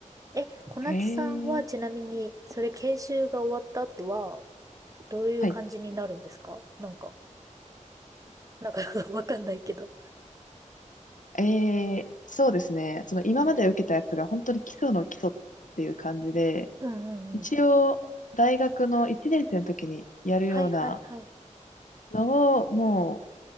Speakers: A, on the right; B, on the left.
A: え、小夏さんはちなみに、
B: へえ。
A: それ研修が終わった後は、どういう感じになるんですかなんか、
B: はい。
A: なんか <laughs> わかんないけど。
B: ええ、そうですね。その、今まで受けたやつが本当に基礎の基礎っていう感じで、
A: うん。うんうんうん。
B: 一応、大学の1年生の時にやるような
A: はいはいはい。
B: のを、も